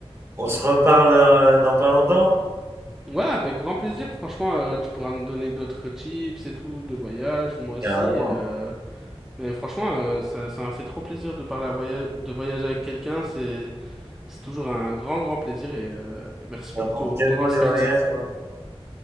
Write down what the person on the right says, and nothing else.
on se reparle euh, dans pas longtemps.
Carrément.
Ça
prend
tellement
les voyages, moi.